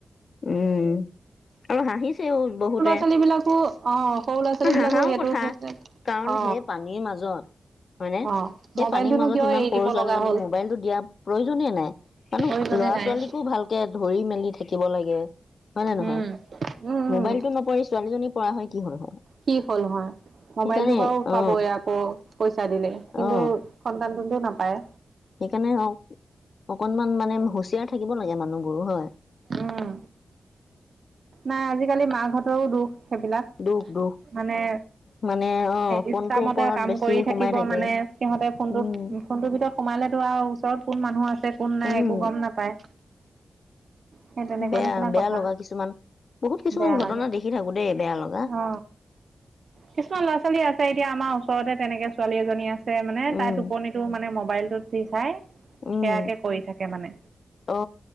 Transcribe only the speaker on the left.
উম আৰু হাঁহিছেও বহুতে।
হাঁহাও
কথা। কাৰণ
সেই পানীৰ মাজত- হয় নে
সেই
পানীৰ মাজত
ইমান
সৰু
ছোৱালীজনীক
মোবাইলটো দিয়া প্ৰয়োজনে নাই।
ল'ৰা-
ছোৱালীকো ভালকে ধৰি মেলি থাকিব লাগে। হয় নে নহয়?
মোবাইলতটো
নপৰি ছোৱালীজনী পৰা হ'লে কি হ'ল হয়।
সেইকাৰণে
অ
অ
সেইকাৰণে অ অকনমান মানে হুচিয়াৰ। থাকিব লাগে মানুহবোৰ হয়।
দুখ দুখ।
মানে অ ফোনটোৰ
ওপৰত
বেছি
সোমাই
থাকে
উম
উম
বেয়া
বেয়া
লগা কিছুমান বহুত কিছুমান
ঘটনা
দেখি থাকো দেই বেয়া লগা
উম
উম
অ